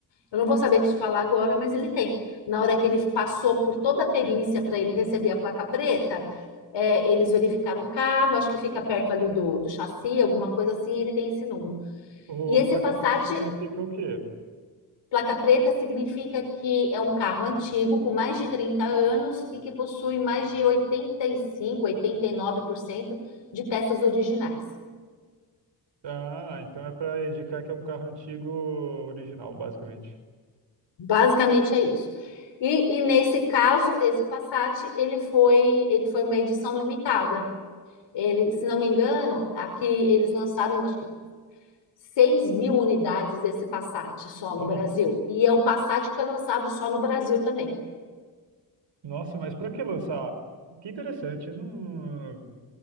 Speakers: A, on the left; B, on the right.
A: Eu não vou saber te falar agora, mas ele tem. Na hora que ele passou por toda a perícia para ele receber a placa preta, é, eles verificaram o carro, acho que fica perto ali do, do chassi, alguma coisa assim, ele tem esse número.
B: O,
A: E
B: a
A: esse
B: placa
A: Passat,
B: preta significa o quê?
A: placa preta, significa que é um carro antigo, com mais de 30 anos e que possui mais de oitenta oitenta e e cinco, oitenta e nove por cento de peças originais.
B: Ah, então é pra indicar que é um carro antigo original, basicamente.
A: Basicamente é isso. E, e nesse caso, esse Passat, ele foi, ele foi uma edição limitada. Ele, se não me engano, aqui eles lançaram, acho que 6 mil unidades desse Passat só no
B: Só
A: Brasil.
B: isso.
A: E é um Passat que foi lançado só no Brasil também.
B: Nossa, mas pra que lançar? Que interessante. Não,